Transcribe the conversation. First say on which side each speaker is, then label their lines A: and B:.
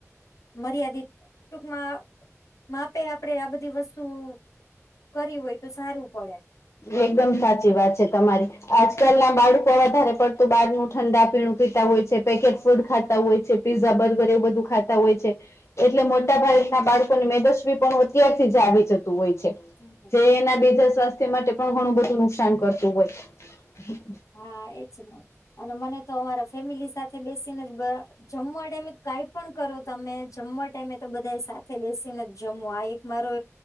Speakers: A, on the left (about 80°); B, on the left (about 60°).
A: મર્યાદિત ટુંકમાં માપે આપડે આ બધી વસ્ તું કરી હોય તો સારું પડે
B: એકદમ સાચી વાત છે તમારી આજકાલના બાળકો વધારે પડતું બારનું ઠંડા પીણું પીતા હોય છે. પેકેટ ફૂડ ખાતા હોય છે પીઝા બર્ગર એવું બધું ખાતા હોય છે. એટલે મોટા ભાગના બાળકોને મેદસ્વી પણ અત્યારથી જ આવી જત તું હોય છે,
A: હમ
B: જે એના બીજા સ્વાસ્ થ્ય માટે પણ ઘણું બધું નુકશાન કરતું હોય
A: હા એજ ને અને મને તો અમારા ફેમિલી સાથ સાથે બેસીને જમન્ટ <unintelligible> કાંઈ પણ કરો તમે જમન્ટ ટાઈમે તો બધા સાથે બેસીને જ જમો આ એક મારો